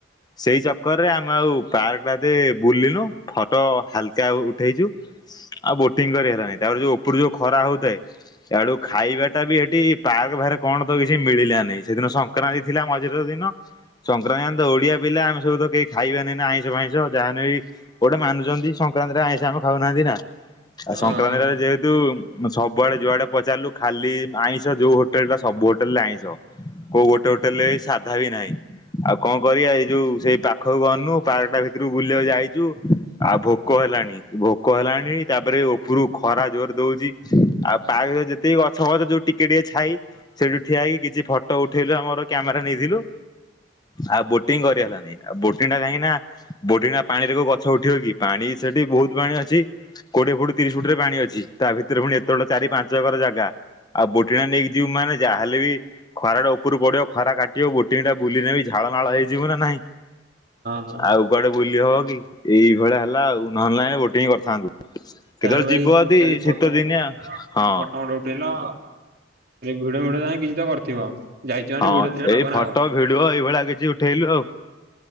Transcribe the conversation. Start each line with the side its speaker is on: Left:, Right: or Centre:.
Left: ସେଇ ଚକରରେ ଆମେ ଆଉ ପାର୍କ ଟା ବୁଲିଲୁ ଫଟୋ ହାଲକା ଉଠେଇଛୁ ଆଉ ବୋଟିଂ କରି ହେଲାନି ତାପରେ ଯୋଉ ଉପରୁ ଯୋଉ ଖରା ହଉଥାଏ ସେଡୁ ଖାଇବା ଟା ବି ସେଠି ପାର୍କ ବାହାରେ କଣ ତ କିଛି ମିଳିଲାନହି ସେଦିନ ସଂକ୍ରାନ୍ତି ଥିଲା ମଝି ଦିନ ସଂକ୍ରାନ୍ତି ତ ଓଡିଆ ପିଲା ଆମେ ସବୁ ତ କେହି ଖାଇବାାନି ନା ଆଇଁଷ ଫାଇଁସ ଯାହା ନେ ଗୋଟେ ମାନୁଛନ୍ତି ସଂକ୍ରାନ୍ତିରେ ଆଇଁଷ ଆମେ ଖାଉନାହାନ୍ତି ନା ଆଉ
Right: ହଁ
Left: ସଂକ୍ରାନ୍ତି
Right: ହଁ
Left: ଟା ଯେହେତୁ ସବୁଆଡେ ଯୁଆଡେ ପଚାରିଲୁ ଖାଲି ଆଇଁଷ ଯୋଉ ହୋଟେଲ ଟା ସବୁ ହୋଟେଲ ରେ ଆଇଁସ କୋଉ ଗୋଟେ ହୋଟେଲ ରେ ସାଧା ବି ନାହିଁ ଆଉ କଣ କରିବା ଏଇ ଯୋଉ ସେଇ ପାଖକୁ ଗନୁ ପାର୍କ ଟା ଭିତରକୁ ବୁଲିବାକୁ ଯାଇଛୁ ଆଉ ଭୋକ ହେଲାଣି ଭୋକ ହେଲାଣି ତାପରେ ଉପରୁ ଖରା ଜୋର ଦଉଛି ଆଉ ପାର୍କ ଯେତିକି ଗଛ ଗଛ ଯୋଉ ଟିକେ ଟିକେ ଛାଇ ସେଇଠୁ ଠିଆ ହେକି କିଛି ଫଟୋ ଉଠେଇଲୁ ଆମର କ୍ୟାମେରା ନେଇଥିଲୁ। ଆଉ ବୋଟିଂ କରି ହେଲାାନି ଆଉ ବୋଟିଂ ଟା କାହିଁକି ନା ବୋଟିଂ ଟା ପାଣିରେ କୋଉ ଗଛ ଉଠିବ କି ପାଣି ସେଠି ବହୁତ ପାଣି ଅଛି କୋଡିଏ ଫୁଟ ତିରିଶ ଫୁଟ ରେ ପାଣି ଅଛି ତା ଭିତରେ ପୁଣି ଏତେବେଳେ ଚାରି ପାଞ୍ଚ ଏକର ଜାଗା ଆଉ ବୋଟିଂ ଟା ନେଇକି ଯିବୁ ମାନେ ଯାହାେଲେ ବି ଖରା ଟା ଉପରୁ ପଡିବ ଖରା କାଟିବ ବୋଟିଂ ଟା ବୁଲି ନେବ ଝଳ ନାଳ ହେଇଯିବୁ ନାାଇଁ।
Right: ହଁ ହଁ
Left: ଆଉ କୁଆଡେ ବୁଲି ହବ କି? ଏଇଭଳି ହେଲା ଆଉ ନହେଲାଇ ବୋଟିଂ କରିଥାନ୍ତୁ। କେତେବେଳେ
Right: ତାର ଭାଇ
Left: ଯିବ ଯଦି
Right: ଖାଲି ଫଟୋ
Left: ଶୀତ ଦିନିଆ।
Right: ଉଠେଇ ଖାଲି
Left: ହଁ
Right: ଫଟୋ ଫଟ ଉଠେଇଲ। ଭିଡ ଭିଡ ଯଁ କିଛି ତ କରିଥିବ। ଯାଇଛ ମାନେ
Left: ହଁ
Right: ଭିଡିଓ ଦିଟା ନକଲେ
Left: ଏଇ ଫଟୋ
Right: ହବନି
Left: ଭିଡିଓ ଏଇଭଳିଆ କିଛି ଉଠେଇଲୁ ଆଉ